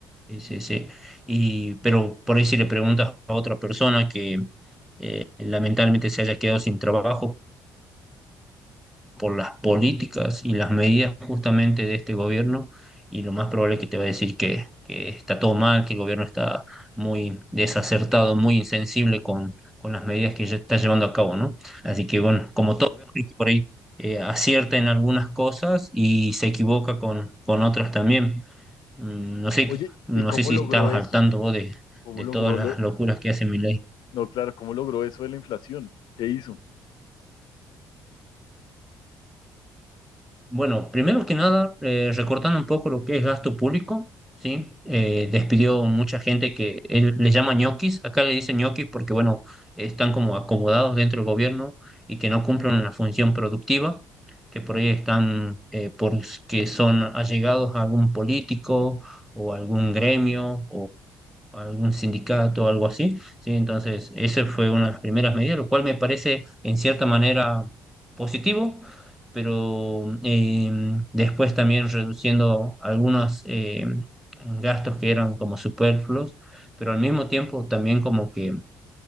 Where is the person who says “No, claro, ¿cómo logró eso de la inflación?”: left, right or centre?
Left